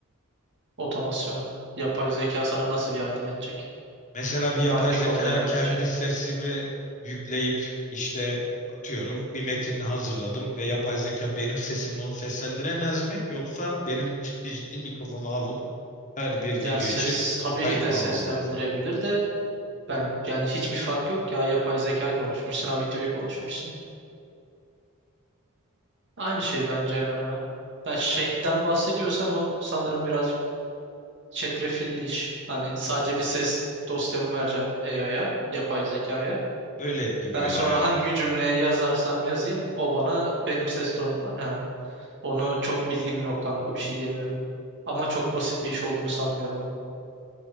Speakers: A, on the right; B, on the left.
A: Otomasyona. Yapay zeka sana nasıl yardım edecek?
B: Mesela bir yapay
A: Hangi
B: zekaya
A: konuda yardım
B: kendi
A: edecek?
B: sesimi yükleyip işte atıyorum bir metin hazırladım ve yapay zeka benim sesimle onu seslendiremez mi? Yoksa benim ciddi ciddi mikrofonu alıp her bir
A: Yani
B: video
A: ses
B: için
A: tabii
B: kayıt
A: ki de
B: mı
A: seslendirebilir
B: almam lazım?
A: de ben yani hiçbir fark yok ya yapay zeka konuşmuşsun ha videoyu konuşmuşsun. Aynı şey bence hemen hemen. Ya şeyden bahsediyorsan o sanırım birazcık çetrefilli iş. Hani sadece bir ses dosyamı vereceğim AI'ya, yapay zekaya.
B: Öyle gibi
A: Ben
B: bir
A: sonra
B: hayal
A: hangi
B: ettim.
A: cümle yazarsam yazayım o bana benim ses tonumdan. Ha. Onu çok bilgim yok kanka bir şey diyemiyorum. Ama çok basit bir iş olduğunu sanmıyorum onun.